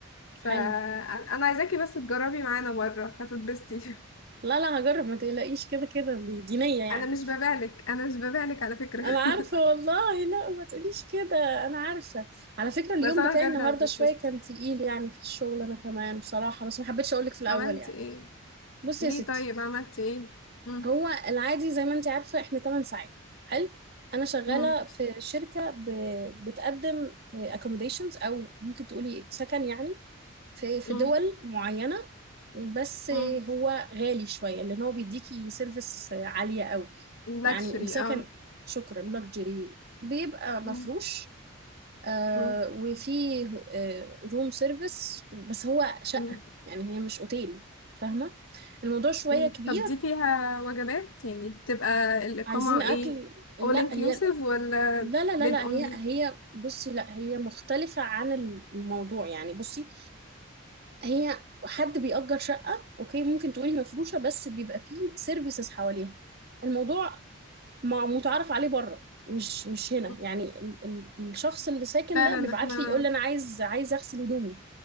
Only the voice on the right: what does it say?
حلو
لا لا هجرب ما تقلقيش كده كده دي دينية
يعني
انا
عارفه والله لا ما تقوليش كده انا عارفه على فكره اليوم
بتاعي
النهارده
شويه كان تقيل يعني في الشغل انا كمان بصراحه بس ما حبيتش اقولك في الاول
يعني
بصي
يا ستي
هو العادي زي ما انت عارفه احنا 8 ساعات حلو انا شغاله
في شركه ب... بتقدم accommodations او ممكن تقولي سكن يعني في في
دول معينه بس
هو غالي شويه لان هو بيديكي سيرفيس عاليه قوي
يعني السكن
شكرا لكجري بيبقى مفروش
آه
وفيه آه روم سيرفيس بس هو شقة
يعني هي مش اوتيل فاهمة الموضوع شوية
كبير
عايزين أكل
لا
هي
لا لا لا
لا
هي هي بصي لا هي مختلفة عن الموضوع يعني بصي هي حد بيأجر شقة اوكي ممكن تقولي مفروشة بس بيبقى فيه سيرفيسز حواليها الموضوع ما متعرف عليه بره مش مش هنا
يعني ال ال الشخص اللي ساكن
ده بيبعت
لي يقول لي انا عايز عايز اغسل هدومي